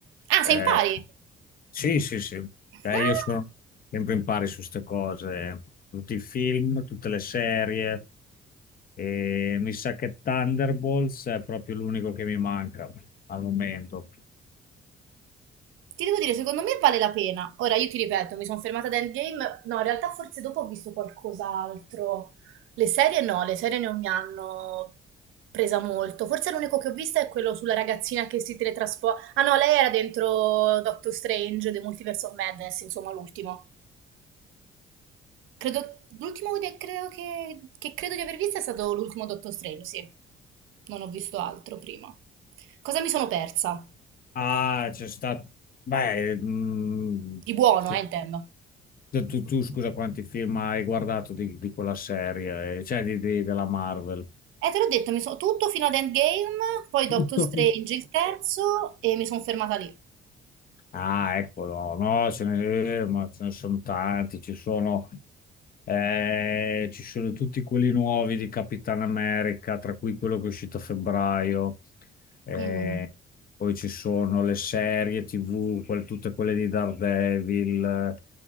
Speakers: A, on the right (about 90°); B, on the left (about 45°).
A: Ah,
B: Eh,
A: sei in pari?
B: sì, sì, sì.
A: Ah,
B: Eh, io sono sempre in pari su queste cose, tutti i film, tutte le serie, e mi sa che Thunderbolts è proprio l'unico che mi manca al momento.
A: ti devo dire, secondo me vale la pena. Ora, io ti ripeto, mi sono fermata ad Endgame. No, in realtà forse dopo ho visto qualcos'altro. Le serie no, le serie non mi hanno presa molto. Forse l'unico che ho visto è quello sulla ragazzina che si teletrasporta. Ah no, lei era dentro Doctor Strange, The Multiverse of Madness, insomma, l'ultimo. Credo, l'ultimo de- credo che, che credo di aver visto è stato l'ultimo Doctor Strange, sì. Non ho visto altro prima. Cosa mi sono persa?
B: Ah, c'è stato. Beh, mm,
A: Di buono,
B: sì.
A: eh, intendo.
B: Tu, tu- tu, scusa, quanti film hai guardato di, di quella serie, eh, cioè di, di- della Marvel?
A: Eh, te l'ho detto, mi so- tutto fino ad Endgame, poi Doctor
B: Tutto.
A: Strange il terzo e mi sono fermata lì.
B: Ah, eccolo, no, ce ne, ma ce ne sono tanti, ci sono, eh, ci sono tutti quelli nuovi di Capitan America, tra cui quello che è uscito a febbraio, eh,
A: Mm.
B: poi ci sono le serie TV, quel- tutte quelle di Daredevil, eh,